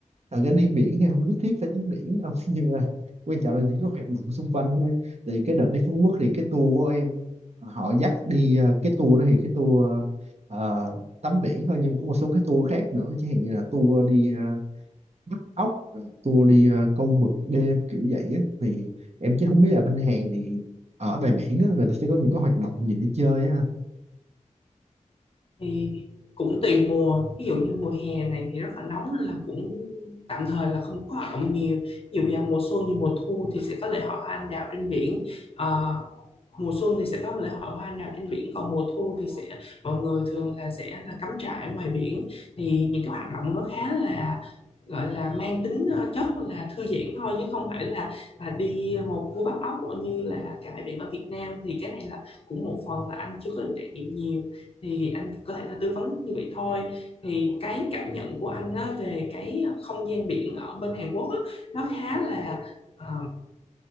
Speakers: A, on the right (about 55°); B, on the left (about 45°).
A: thật ra đi biển thì không nhất thiết phải tắm biển đâu. <laughs> Nhưng mà quan trọng là những cái hoạt động xung quanh thôi. Thì cái đợt đi Phú Quốc thì cái tour của em ờ, họ dắt đi ờ, cái tour đó thì cái tour ờ, tắm biển thôi. Nhưng mà có một số cái tour khác nữa. Chẳng hạn như là tour đi ờ, bắt ốc rồi tour đi ờ, câu mực đêm kiểu vậy á thì em chứ không biết là bên Hàn thì ở ngoài biển á người ta sẽ có những cái hoạt động gì để chơi á anh
B: thì cũng tùy mùa ví dụ như mùa hè này thì rất là nóng nên là cũng tạm thời là không có hoạt động nhiều ví dụ vào mùa xuân như mùa thu thì sẽ có lễ hội hoa anh đào trên biển Ờ, mùa xuân thì sẽ có lễ hội hoa anh đào trên biển còn mùa thu thì sẽ mọi người thường là sẽ là cắm trại ở ngoài biển thì những cái hoạt động nó khá là gọi là mang tính ờ, chất là thư giãn thôi chứ không phải là, là đi một cua bắt ốc như là các bãi biển ở Việt Nam thì cái này là cũng một phần là anh chưa có được trải nghiệm nhiều thì anh có thể là tư vấn như vậy thôi thì cái cảm nhận của anh á, về cái không gian biển ở bên Hàn Quốc á, nó khá là ờ,